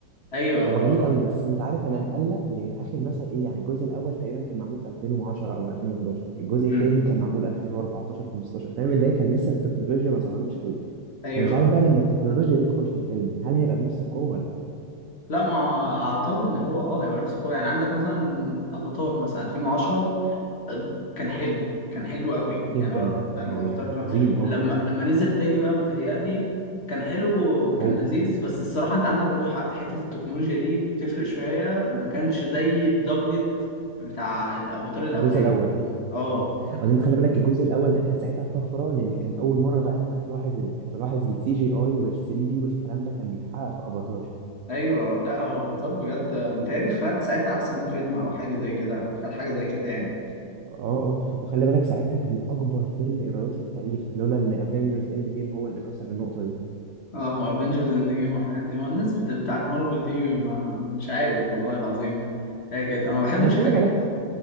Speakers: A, on the left; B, on the right.
A: ايوه
B: هو
A: هو
B: جميل قوي بس انت عارف انا مقلق لان اخر مثلا ايه يعني الجزء الاول تقريبا كان معمول في 2010 او 2011 الجزء الثاني
A: امم
B: كان معمول 2014 15 فاهم اللي هي كان لسه التكنولوجيا ما ظهرتش قوي
A: ايوه
B: فمش عارف بقى لما التكنولوجيا تدخل في الفيلم هل هيبقى بنفس القوه ولا لا
A: لا ما اعتقد ان هو اه يبقى نفس القوة يعني عندك مثلا افاتار مثلا 2010 كان حلو كان حلو قوي
B: جدا
A: يعني اه قال
B: كان
A: له افاتار
B: عظيم
A: فعلاً.
B: اه
A: لما لما نزل تاني بقى متهيألي كان حلو كان
B: هو
A: لذيذ بس الصراحة انت عندك برضو حق حتة التكنولوجيا دي بتفرق شوية ما كانش زي بضجة بتاع الافاتار الاولاني
B: الجزء الاول
A: اه
B: اه اصل انت خلي بالك الجزء الاول ده كان ساعتها طفره لان كان اول مره بقى انت تلاحظ ال... تلاحظ السي جي اي وال 3 دي والكلام ده كان بيتحقق في افاتار
A: ايوه لا هو افاتار بجد متهيألي خد ساعتها احسن فيلم او حاجة زي كده خد حاجة زي كده يعني
B: اه اه وخلي بالك ساعتها كان اكبر فيلم ايرادات في التاريخ لولا ان افنجرز اند جيم هو اللي كسر النقطه دي
A: اه افنجرز اند جيم والحاجات دي ما الناس بت- بتاعت مارفل دي ما مش عارف والله العظيم هي كده انا ما بحبش
B: انا خلي
A: حاجات
B: بالك